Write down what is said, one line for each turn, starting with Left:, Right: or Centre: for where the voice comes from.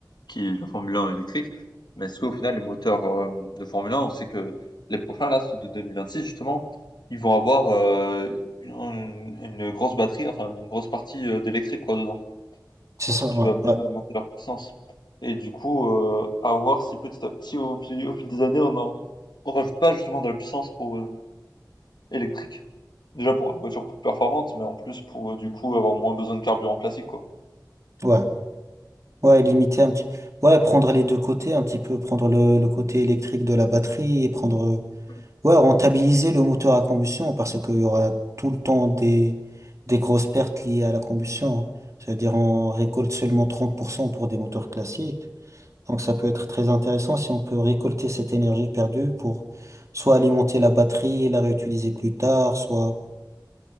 Left: qui est la Formule 1 électrique, mais est-ce qu'au final, les moteurs euh, de Formule 1, on sait que les prochains, là, ceux de 2026, justement, ils vont avoir euh, une, une grosse batterie, enfin une grosse partie euh, d'électrique, quoi, dedans,
Right: C'est ça,
Left: qui
Right: ouais,
Left: va bien
Right: ouais,
Left: augmenter leur puissance. Et du coup, euh, à voir si petit à petit, au fil, au fil des années, on en on rajoute pas justement de la puissance pour euh, électrique. Déjà pour une voiture plus performante, mais en plus pour, heu, du coup, avoir moins besoin de carburant classique, quoi.
Right: ouais. Ouais, limiter un petit Ouais, prendre les deux côtés, un petit peu, prendre le, le côté électrique de la batterie et prendre.
Left: Mmh.
Right: Ouais, rentabiliser le moteur à combustion parce qu'il y aura tout le temps des, des grosses pertes liées à la combustion. hein. C'est-à-dire, on récolte seulement 30% pour cent pour des moteurs classiques. Donc, ça peut être très intéressant si on peut récolter cette énergie perdue pour soit alimenter la batterie et la réutiliser plus tard, soit,